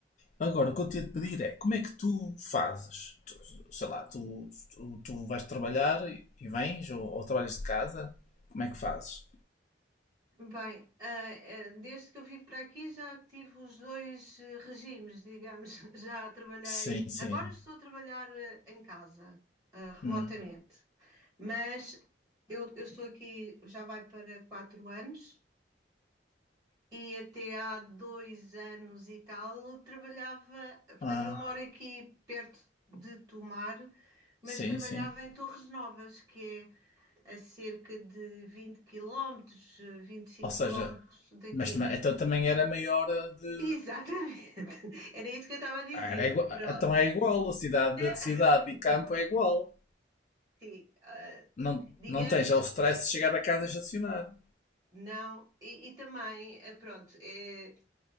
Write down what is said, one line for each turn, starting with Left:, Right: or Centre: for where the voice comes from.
Left: Agora, o que eu tinha de pedir é como é que tu fazes? Tu- sei lá, tu, tu, tu vais trabalhar e e vens ou, ou trabalhas de casa? Como é que fazes?
Right: Bem, ah, ah, desde que eu vim para aqui já tive os dois eh, regimes, digamos. <laughs> Já trabalhei.
Left: Sim, sim.
Right: Agora estou a trabalhar eh, em casa, ah, remotamente.
Left: Hum.
Right: Mas eu, eu estou aqui, já vai para quatro anos e até há dois anos e tal trabalhava, portanto,
Left: Ah,
Right: eu moro aqui perto de Tomar, mas
Left: sim,
Right: trabalhava
Left: sim.
Right: em Torres Novas, que é a cerca de 20 quilómetros, vinte e cinco
Left: Ou seja,
Right: quilómetros daqui.
Left: mas também, então também era maior a de.
Right: Exatamente, <laughs> era isso que eu estava a dizer.
Left: Ah, Era igua-
Right: Pronto.
Left: então é igual, a cidade,
Right: <laughs>
Left: cidade e campo é igual.
Right: Sim, ah,
Left: Não,
Right: digamos
Left: não tens já o stress
Right: que
Left: de chegar a casa e estacionar.
Right: não, e, e também, eh, pronto, eh,